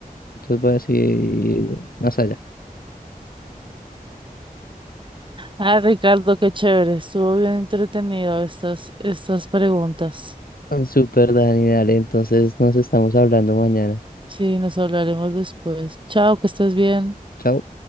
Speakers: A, on the left; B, on the right.
A: Entonces voy a decir Masaya.
B: Ah, Ricardo, qué chévere. Estuvo bien entretenido estas, estas preguntas.
A: Ah, Super Dani, dale. Entonces nos estamos hablando mañana.
B: Sí, nos hablaremos después. Chao, que estés bien.
A: Chao.